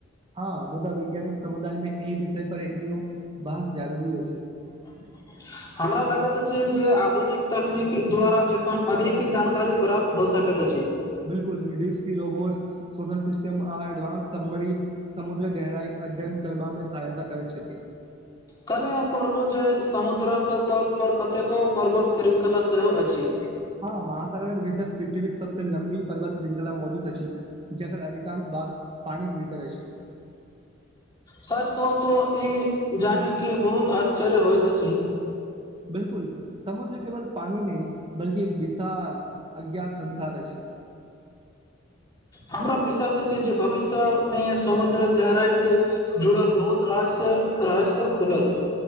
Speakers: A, on the right; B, on the left.
A: हँ मुदा वैज्ञानिक समुदाय में एहि विषय पर एखन बहस जरूरी अछि
B: <unintelligible> हमरा लगैत अछि जे आधुनिक तकनीक द्वारा एखन अधिक जानकारी प्राप्त हो सकैत अछि
A: बिलकुल डप सी रोबोट्स सोलर सिस्टम आ एडवानस सब मरीन समुद्र गहराइ अध्ययन करमे सहायता करैत छथि
B: काली हम पढ़लु जे समुद्रक तल पर कतेको पर्वत श्रृंखला सेहो अछि
A: हँ हां महासागर भीतर पृथ्वी के सबसँ लम्बी पर्वत श्रृंखला मौजूद अछि जगकर अधिकांश भाग पानिक भीतर अछि
B: सच कहु तऽ ई जानि क बहुत आश्चर्य होइत अछि
A: बिलकुल समुद्र केवल पानी नहि बल्कि एक विशाल अज्ञात संसार अछि
B: हमरा विश्वास छै जे भविष्यमे समुद्रक गहराइ से जुड़ल बहुत रास रहस्य खुलत